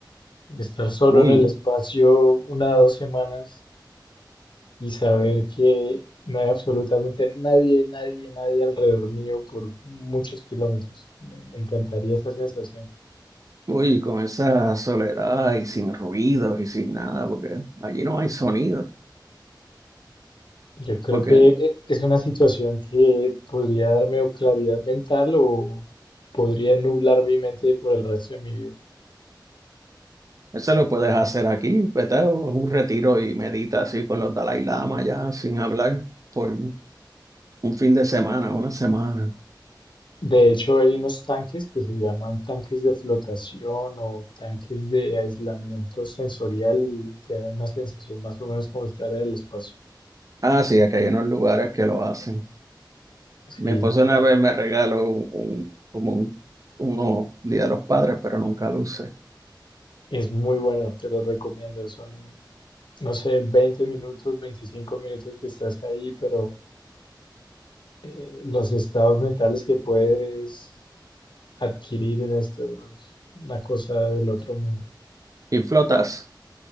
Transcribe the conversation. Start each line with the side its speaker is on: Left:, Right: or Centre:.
Left: Estar solo
Right: Uy,
Left: en el espacio una o dos semanas y saber que no hay absolutamente nadie, nadie, nadie alrededor mío por muchos kilómetros. Me, me encantaría esa sensación.
Right: Uy, con esa soledad y sin ruidos y sin nada, porque allí no hay sonido,
Left: Yo creo
Right: porque
Left: que eh, es una situación que podría darme o claridad mental o podría nublar mi mente por el resto de mi vida.
Right: eso lo puedes hacer aquí, vete a un retiro y medita así con los Dalai Lama ya sin hablar por un fin de semana, una semana.
Left: De hecho, hay unos tanques que se llaman tanques de flotación o tanques de aislamiento sensorial y te dan una sensación más o menos como estar en el espacio.
Right: Ah, sí, aquí hay unos lugares que lo hacen.
Left: Sí,
Right: Mi esposo
Left: te
Right: una
Left: re-
Right: vez me regaló un, un- como un uno Día de los Padres, pero nunca lo usé.
Left: es muy bueno, te lo recomiendo. Son, no sé, 20 minutos, 25 minutos que estás ahí, pero eh, los estados mentales que puedes adquirir en esto es una cosa del otro mundo.
Right: Y flotas,